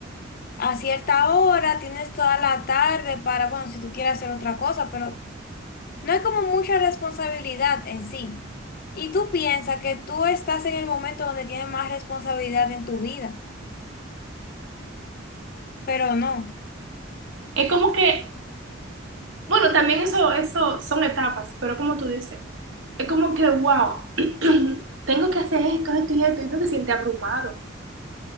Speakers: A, on the left; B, on the right.
A: a cierta hora, tienes toda la tarde para, bueno, si tú quieres hacer otra cosa, pero no hay como mucha responsabilidad en sí. Y tú piensas que tú estás en el momento donde tienes más responsabilidad en tu vida, pero no.
B: Es como que Bueno, también eso, eso son etapas, pero como tú dices, es como que, wow, <clears throat> tengo que hacer esto, esto y esto, y uno se siente abrumado.